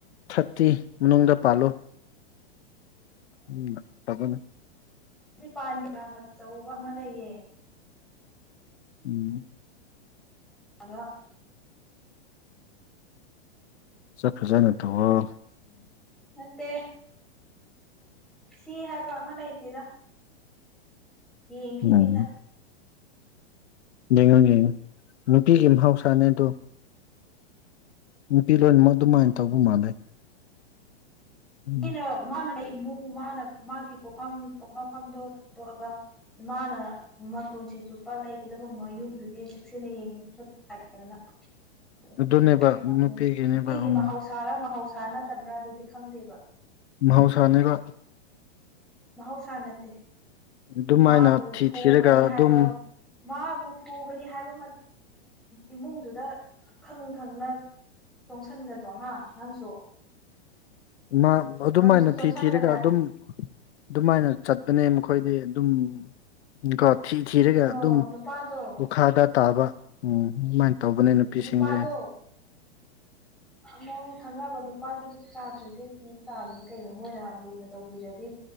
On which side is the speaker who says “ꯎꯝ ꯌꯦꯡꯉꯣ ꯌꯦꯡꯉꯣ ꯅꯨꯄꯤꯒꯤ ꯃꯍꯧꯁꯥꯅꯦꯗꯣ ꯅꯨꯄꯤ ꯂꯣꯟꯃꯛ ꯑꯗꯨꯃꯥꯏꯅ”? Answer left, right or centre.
Left